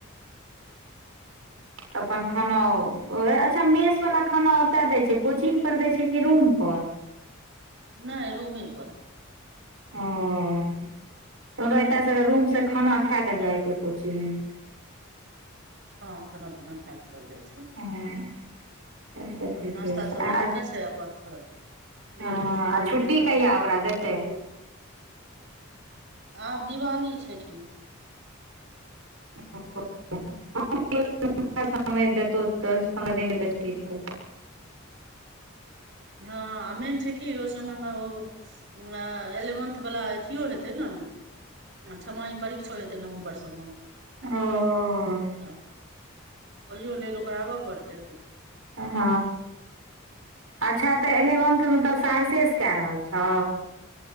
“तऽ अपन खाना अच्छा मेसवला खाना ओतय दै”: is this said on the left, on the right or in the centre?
Right